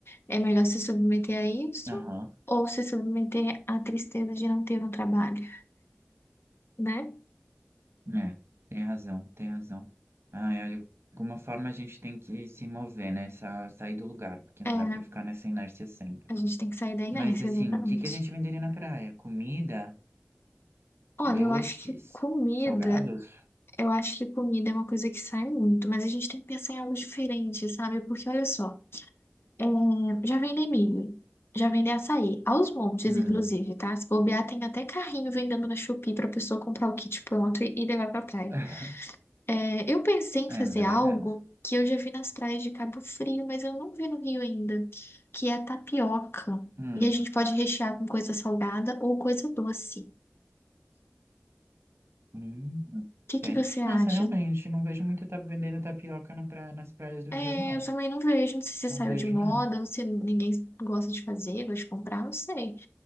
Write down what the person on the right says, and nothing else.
Aham,
é, tem razão, tem razão. Ah, é, de alguma forma a gente tem que se mover, né? sa- Sair do lugar, porque
não dá pra ficar nessa inércia sempre.
Mas assim,
o que que a gente venderia na praia? Comida?
Doces?
Salgados?
Hum.
<laughs>
É,
mas é verdade.
Hum.
Hum.
Ok.
Nossa, realmente, não vejo muito tá vendendo tapioca na praia, nas praias do
Rio, não.
Não
vejo,
não.